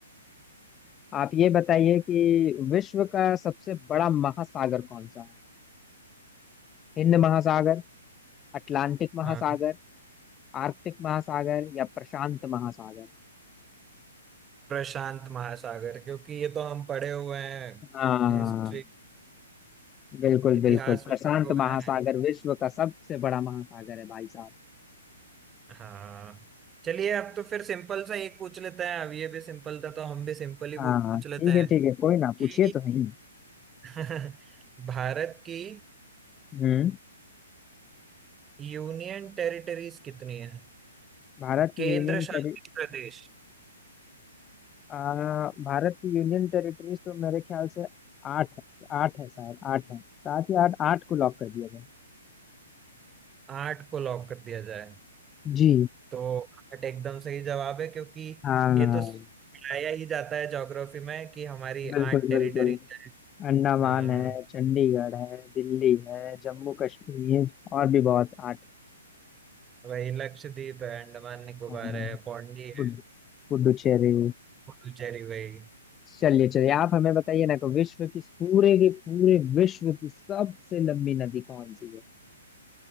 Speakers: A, on the left (about 20°); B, on the right (about 15°).
A: आप ये बताइए कि विश्व का सबसे बड़ा महासागर कौन सा है हिंद महासागर अटलांटिक महासागर
B: हाँ
A: आर्कटिक महासागर या प्रशांत महासागर
B: प्रशांत महासागर क्योंकि ये तो हम पढ़े हुए हैं
A: हाँ
B: हिस्ट्री
A: बिल्कुल
B: इतिहास
A: बिल्कुल प्रशांत
B: में पढ़े हुए
A: महासागर
B: हैं
A: विश्व का सबसे बड़ा महासागर है भाई साहब
B: हाँ चलिए अब तो फिर सिंपल सा एक पूछ लेते हैं अब ये भी सिंपल था तो हम भी सिंपल ही पू-
A: हाँ हाँ,
B: पूछ
A: ठीक
B: लेते हैं
A: है ठीक है कोई ना पूछिए
B: कि
A: तो नहीं
B: <laughs> भारत की
A: हम्म
B: यूनियन टेरिटरीज कितनी है
A: भारत की
B: केंद्र
A: यूनियन
B: शासित
A: टेरि
B: प्रदेश
A: आ, भारत की यूनियन टेरिटरीज तो मेरे ख्याल से आठ है आठ है शायद आठ है साथ ही आठ आठ को लॉक कर दिया जाए
B: आठ को लॉक कर दिया जाए
A: जी
B: तो आर्ट एकदम सही जवाब है क्योंकि
A: हाँ
B: ये तो पढ़ाया ही जाता है ज्योग्राफी में कि हमारी
A: बिल्कुल
B: आठ टेरिटरी
A: बिल्कुल
B: क्या है
A: अंडमान
B: हाँ
A: है चंडीगढ़ है दिल्ली है जम्मू कश्मीर और भी बहुत आठ
B: वही लक्षद्वीप है अंडमान निकोबार
A: हाँ,
B: है पौंडी
A: पुड-
B: है
A: पुडुचेरी
B: पुडुचेरी वही
A: चलिए चलिए आप हमें बताइए ना कि विश्व की पूरे के पूरे विश्व की सबसे लंबी नदी कौन सी है